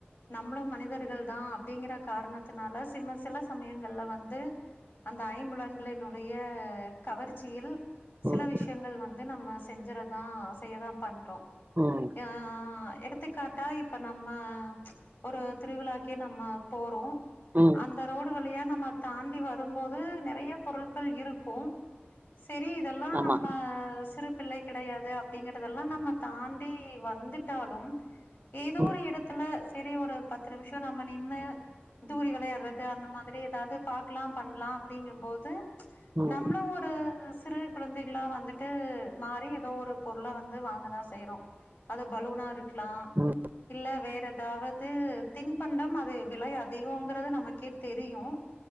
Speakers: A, on the left; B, on the right.
A: நம்மளும் மனிதர்கள் தான் அப்படிங்கிற காரணத்தினால சிம சில சமயங்கள்ல வந்து அந்த ஐம்புலன்களினுடைய கவர்ச்சியில் சில
B: ம்
A: விஷயங்கள் வந்து வந்து நம்ம செஞ்சறதான் செய்யதான் பண்றோம்
B: ம்
A: ஆஹ் எடுத் எடுத்துக்காட்டா இப்ப நம்ம ச் ஒரு திருவிழாக்கே நம்ம போறோம்
B: ம்
A: அந்த ரோடு வழி யா நம்ம தாண்டி வரும்போது நெறையா பொருட்கள் இருக்கும் சரி இதெல்லாம்
B: ஆமா
A: நம்ம பிள்ளை கெடையாது அப்படிங்கறதெல்லாம் நம்ம தாண்டி வந்துட்டாலும் ஏதோ
B: ம்
A: ஒரு இடத்துல சரி ஒரு பத்து நிமிஷோ நம்ம நின்னு தூரி விளையாடுறது அந்த மாதிரி ஏதாவது பாக்கலாம் பண்லாம் அப்டிங்கும் போது ச்
B: ம்
A: நம்மளும் ஒரு சிறு குழந்தைகளா வந்துட்டு மாறி ஏதோ ஒரு பொருள வந்து வாங்கதான் செய்யறோம் அது பலூனா இருக் லாம்
B: ம்
A: இல்ல வே ற ஏதாவது தின்பண்டம் அது விலை அதிகம்ங்கிறது நமக்கே தெரியும்